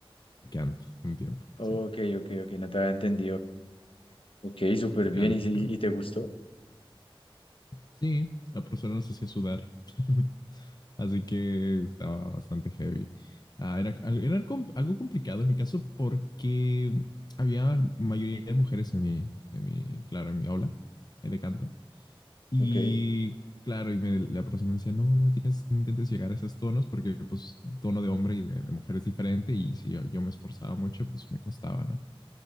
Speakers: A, on the left (about 45°); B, on the left (about 70°).
A: canto un tiempo,
B: Ok,
A: sí.
B: ok, ok, no te había entendido. Ok, súper
A: De canto,
B: bien, ¿y, si-
A: canto.
B: y te gustó?
A: Sí, la profesora nos hacía sudar. <laughs> Así que estaba bastante heavy. Ah, era era com- algo complicado en mi caso porque había mayoría de mujeres en mi, en mi, claro, en mi aula eh, de canto. Y
B: Ok.
A: claro, y me- la profesora me decía, no, no, tienes, no intentes llegar a esos tonos porque pues tono de hombre y de, de mujer es diferente y si yo, yo me esforzaba mucho, pues me costaba, ¿no?